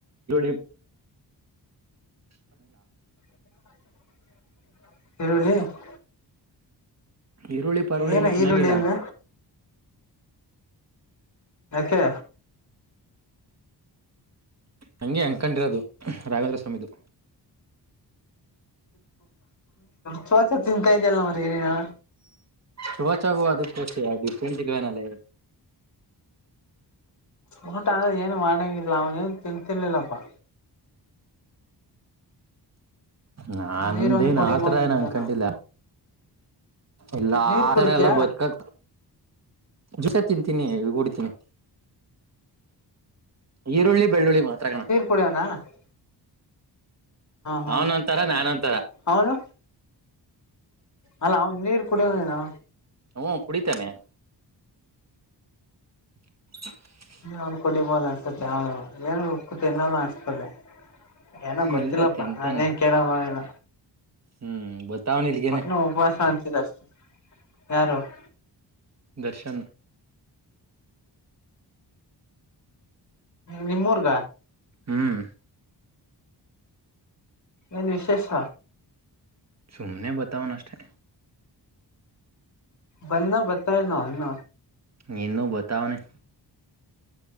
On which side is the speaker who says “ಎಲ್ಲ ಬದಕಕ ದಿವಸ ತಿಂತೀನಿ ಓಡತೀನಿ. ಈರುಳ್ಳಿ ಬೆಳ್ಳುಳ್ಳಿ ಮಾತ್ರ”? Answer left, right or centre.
Right